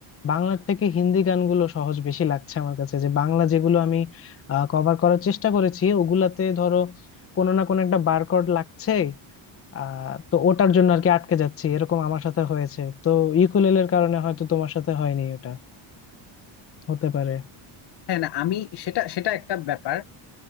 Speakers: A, on the left (about 30°); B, on the left (about 55°).
A: বাংলার থেকে হিন্দি গানগুলো সহজ বেশি লাগছে আমার কাছে যে বাংলা যেগুলো আমি কভার করার চেষ্টা করেছি ওগুলাতে ধরো কোনো না কোনো একটা বারকোড লাগছে আহ তো ওটার জন্য আর কি আটকে যাচ্ছি এরকম আমার সাথে হয়েছে তো ইকুলেলের কারণে হয়তো তোমার সাথে হয়নি এটা হতে পারে
B: হ্যাঁ না আমি সেটা সেটা একটা ব্যাপার